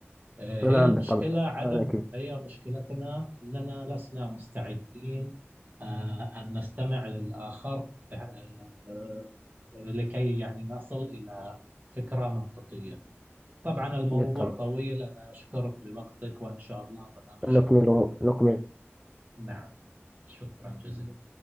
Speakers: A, on the right; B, in the centre.
A: آه، هي
B: نعم
A: المشكلة
B: بالطبع
A: عدم
B: أنا أكيد
A: هي مشكلتنا أننا لسنا مستعدين آه، أن نستمع للآخر آه، آه، لكي يعني نصل إلى فكرة منطقية طبعا الموضوع
B: بالطبع
A: طويل أنا أشكرك لوقتك وإن شاء الله بناقشه
B: نكمل نكمل
A: نعم شكرا جزيلا